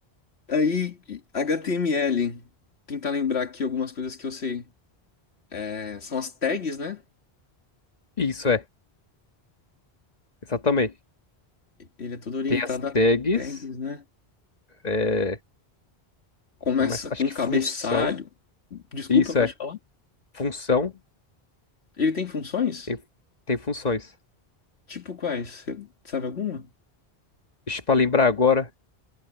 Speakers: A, on the left (about 80°); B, on the left (about 40°).
A: Aí, HTML. Tentar lembrar aqui algumas coisas que eu sei. É, são as tags, né?
B: Isso é, exatamente.
A: Ele é todo orientado
B: Tem as
A: a
B: tags,
A: tags, né?
B: é,
A: Começa
B: que mais?
A: com
B: Acho que
A: cabeçalho.
B: função.
A: Desculpa,
B: Isso
A: pode
B: é
A: falar?
B: função,
A: Ele tem funções?
B: tem, tem funções.
A: Tipo quais? Você sabe alguma?
B: Deixa pra lembrar agora,